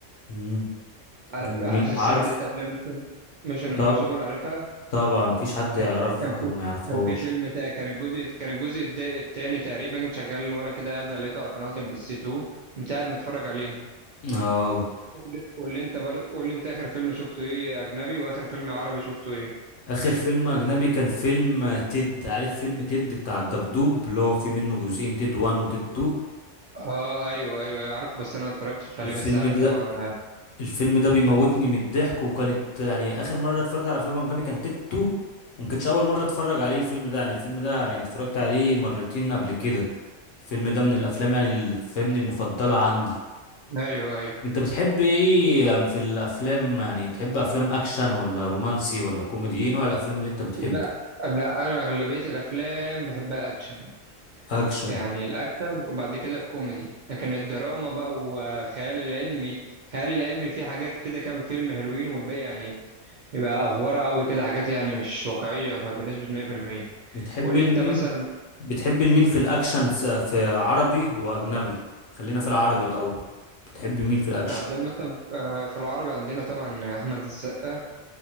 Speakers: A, on the left; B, on the right.
A: امم
B: عارف
A: جميل
B: عارف سلسلة
A: عارف
B: أنت أفلام ميشن امبوسيبل
A: طب
B: عارفها
A: طبعا مفيش حد
B: كان
A: يعرفها
B: كان في
A: ما يعرفهوش
B: كان في فيلم تا- كان الجزء كان الجزء الدا- التاني تقريبا شغال وانا كده قاعد لقيته على قناة ام بي سي 2 قمت قاعد متفرج عليه
A: اه
B: قول لي قول لي انت بر... قول لي انت اخر فيلم شفته ايه اجنبي واخر فيلم عربي شفته ايه
A: اخر فيلم اجنبي كان فيلم تيد عارف فيلم تيد بتاع الدبدوب اللي هو في منه جزئين تيد 1 وتيد 2
B: اه ايوه ايوه أيوة، عارفه بس انا ما اتفرجتش عليه
A: الفيلم
B: بس عارف
A: ده
B: طبعا
A: الفيلم ده بيموتني من الضحك وكانت يعني اخر مره اتفرجت على فيلم اجنبي كان تيد 2 وما كانتش اول مره اتفرج عليه الفيلم ده يعني الفيلم ده يعني اتفرجت عليه مرتين قبل كده الفيلم ده من الافلام يعني اللي فاهمني المفضله عندي
B: ايوه ايوه
A: انت بتحب ايه في الافلام يعني بتحب افلام اكشن ولا رومانسي ولا كوميدي ايه نوع الافلام اللي انت بتحبه
B: لا لا انا اغلبيه الافلام بحبها اكشن
A: اكشن
B: يعني الاكشن وبعد كده الكوميدي لكن الدراما بقى والخيال العلمي الخيال العلمي فيه حاجات كده كام فيلم حلوين والباقي يعني يبقى افواره قوي كده حاجات يعني مش واقعيه بنسبه 100%
A: بتحب
B: قول
A: المين
B: لي انت مثلا
A: بتحب المين في الاكشن س- في عربي واجنبي خلينا في العربي الاول بتحب مين في الاكشن
B: عندنا مثلا آه، في العربي عندنا طبعا احمد السقا